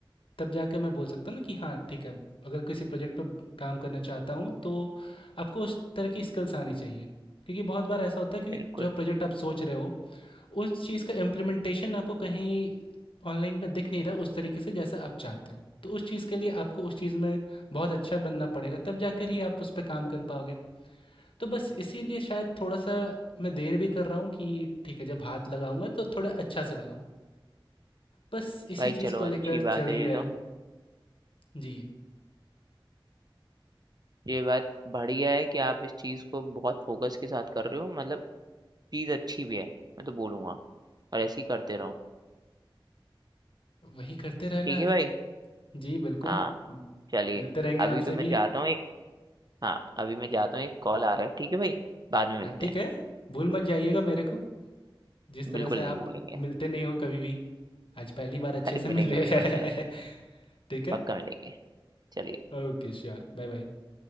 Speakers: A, on the left (about 75°); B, on the right (about 50°).
A: तब जाके मैं बोल सकता हूँ ना कि हाँ ठीक है अगर किसी प्रोजेक्ट पर काम करना चाहता हूँ तो आपको उस तरह की स्किल्स आनी चाहिए क्योंकि बहुत बार ऐसा होता है कि
B: बिल्कुल
A: जो प्रोजेक्ट आप सोच रहे हो उस चीज़ का इम्प्लीमेंटेशन आपको कहीं ऑनलाइन में दिख नहीं रहा उस तरीके से जैसा आप चाहते हो तो उस चीज़ के लिए आपको उस चीज़ में बहुत अच्छा बनना पड़ेगा तब जाकर ही आप उस पर काम कर पाओगे तो बस इसीलिए शायद थोड़ा सा मैं देर भी कर रहा हूँ कि ठीक है जब हाथ लगाऊंगा तो थोड़ा अच्छा से लगाऊं बस इसी
B: भाई
A: चीज़
B: चलो
A: को
B: अच्छी
A: लेकर
B: बात
A: चल
B: है
A: ही
B: ये
A: रहा
B: तो
A: है जी
B: ये बात बढ़िया है कि आप इस चीज़ को बहुत फोकस के साथ कर रहे हो मतलब चीज़ अच्छी भी है मैं तो बोलूँगा और ऐसे ही करते रहो
A: वही करते रहना
B: ठीक है
A: है
B: भाई
A: जी बिल्कुल
B: हाँ
A: म-
B: चलिए
A: मिलते रहेंगे
B: अभी
A: आपसे
B: तो मैं
A: भी
B: जाता हूँ एक हाँ अभी मैं जाता हूँ एक कॉल आ रहा है ठीक है भाई बाद में मिलते
A: हाँ, ठीक
B: हैं
A: है भूल मत जाइएगा मेरे को जिस तरह
B: बिल्कुल
A: से
B: नहीं
A: आप
B: भूलेंगे
A: मिलते नहीं हो कभी भी आज पहली बार अच्छे
B: अरे
A: से
B: मिलेंगे
A: मिले
B: बिल्कुल
A: <laughs>
B: मिलेंगे
A: ठीक है
B: पक्का मिलेंगे चलिए
A: ओके श्योर बाय बाय